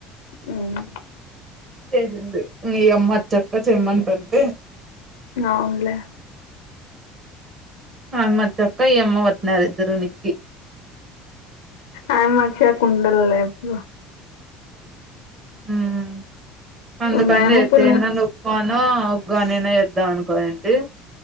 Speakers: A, on the left; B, on the right.
A: ఉమ్
B: చేసింటి మీ అమ్మచ్చక్క చెమ్మంటాంటె
A: అవున్లే
B: హమ్మా చక్క ఇఅమ్మ పట్నారు ఇద్దరు నిక్కి
A: ఆయమ్మ వచ్చేక్ కుండల ఎప్పుడు
B: ఉమ్ ఉ అందుకన్
A: మేము
B: జెప్పి
A: పులి
B: ఇన్నను అవునూ ఒగ్గా నేనే చెప్దామనుకునింటి